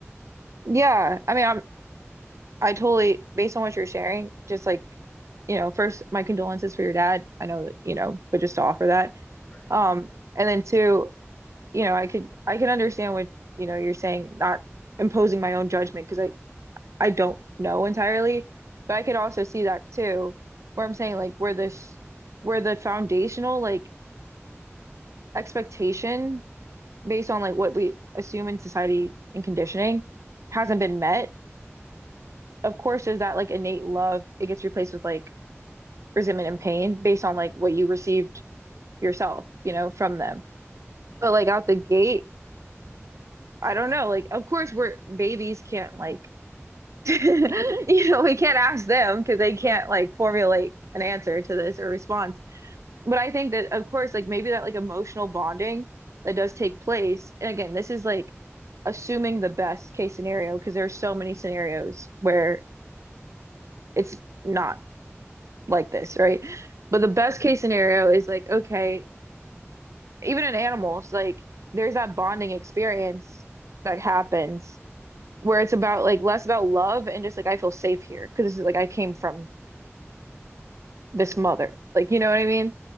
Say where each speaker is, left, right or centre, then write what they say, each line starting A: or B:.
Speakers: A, on the right; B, on the left.
A: Yeah, I mean, I'm I totally based on what you're sharing, just like you know, first, my condolences for your dad. I know that, you know, but just to offer that.
B: Right.
A: Um,
B: Thank you.
A: and then two, you know, I could I can understand what, you know, you're saying, not imposing my own judgment because I I don't know entirely, but
B: hmm
A: I could also see that too, where I'm saying like where this where the foundational like expectation based on like what we assume in society and conditioning hasn't been met. Of course, there's that like innate love. It gets replaced with like resentment and pain based on like what you received yourself, you know, from them.
B: hmm
A: But like out the gate, I don't know. Like, of course, we're babies can't like, <laughs> you know, we can't ask them because they can't
B: Right.
A: like formulate an answer to this or response. But I think that, of course, like maybe that like emotional bonding that does take place. And again, this is like assuming the best case scenario because there are so many scenarios where it's not like this, right? But the best
B: hmm
A: case scenario is like, okay, even in animals, like there's that bonding experience that happens where it's about like less about love and just like I feel safe here because this is like I came from this
B: Right.
A: mother. Like, you know what I mean?